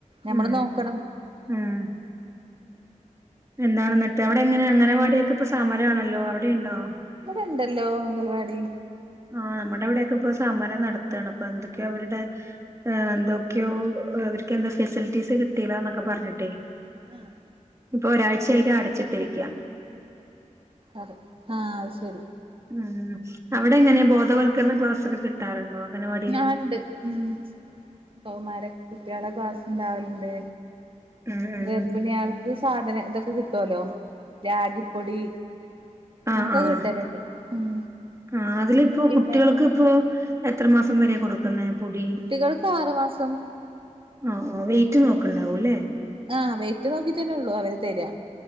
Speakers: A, on the right; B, on the right.
A: ഞമ്മള്
B: ഉം
A: നോക്കണം
B: ഉം എന്താണെന്നിട്ടവിടെ എങ്ങനെ അംഗനവാടിയൊക്കെ ഇപ്പൊ സമരമാണല്ലോ അവിടെയുണ്ടോ
A: ഇവിടെയുണ്ടല്ലോ അംഗനവാടി
B: ആഹ് നമ്മുടെയവിടെയൊക്കെ ഇപ്പൊ സമരം നടത്തുകയാണ് അപ്പൊ എന്തൊക്കെയോ അവരുടെ. ആഹ് എന്തൊക്കെയോ അവർക്കെന്താ ഫെസിലിറ്റീസ് കിട്ടിയില്ലാന്നൊക്കെ പറഞ്ഞിട്ടേ
A: ആഹ്
B: ഇപ്പൊ ഒരാഴ്ചയായിട്ട് അടച്ചിട്ടിരിക്കയാ
A: അതെ ആഹ് അതുശരി
B: ആഹ് അവിടെങ്ങനെ ബോധവത്ക്കരണ ക്ലാസ്സൊക്കെ കി കിട്ടാറുണ്ടോ അംഗനവാടി
A: ഞാനുണ്ട് ഉം കൗമാര കുട്ടികളുടെ ക്ലാസ്സുണ്ടാവലുണ്ട്
B: ഉം ഉം
A: ഗർഭിണി ആൾ ഇതു സാധനം ഇതൊക്കെ കിട്ടുവല്ലോ രാഗിപ്പൊടി.
B: ആഹ്
A: ഇൻക്കൊക്കെ
B: ആഹ്
A: കിട്ടലുണ്ട് ഉം
B: ആഹ് അതിലിപ്പോ
A: പിന്നെ
B: കുട്ടികൾക്കിപ്പോ എത്ര മാസംവരെയാ കൊടുക്കുന്നെ പൊടി.
A: കുട്ടികൾക്ക് ആറു മാസം
B: ആഹ് ആഹ് വെയിറ്റുനോക്കണുണ്ടാവുംമല്ലേ
A: ആഹ് വെയ്റ്റുനോക്കി തന്നെയുള്ളൂ അവര് തരിക